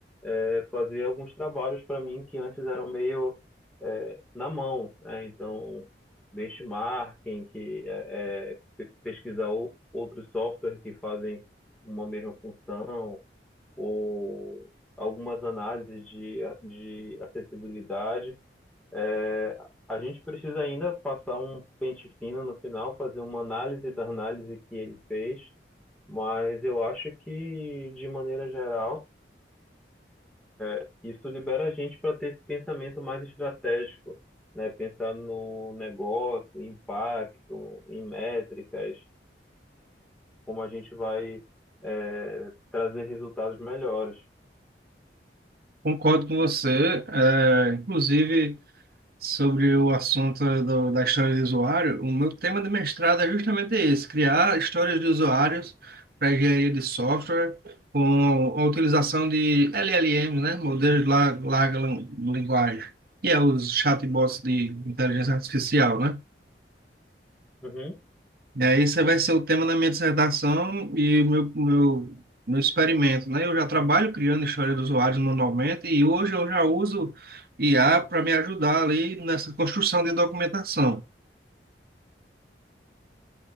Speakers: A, in the centre; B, on the right (about 55°).
A: é fazer alguns trabalhos para mim que antes eram meio é, na mão, né? Então, benchmarking, que é, é, pe- pesquisar o- outros softwares que fazem uma mesma função, ou algumas análises de, de acessibilidade. É, A gente precisa ainda passar um pente fino no final, fazer uma análise da análise que ele fez, mas eu acho que, de maneira geral, é, Isso libera a gente para ter esse pensamento mais estratégico, né? Pensar no negócio, em impacto, em métricas, como a gente vai, é, trazer resultados melhores.
B: Concordo com você. É, inclusive. sobre o assunto do- da história do usuário, o meu tema de mestrado é justamente esse, criar histórias de usuários para engenharia de software com a utilização de LLMs, né, modelos de la- larga lan- linguagem, que é os chatbots de inteligência artificial, né?
A: Uhum.
B: E aí esse vai ser o tema da minha dissertação e o meu, meu, meu experimento, né? Eu já trabalho criando história dos usuários manualmente e hoje eu já uso IA para me ajudar ali nessa construção de documentação.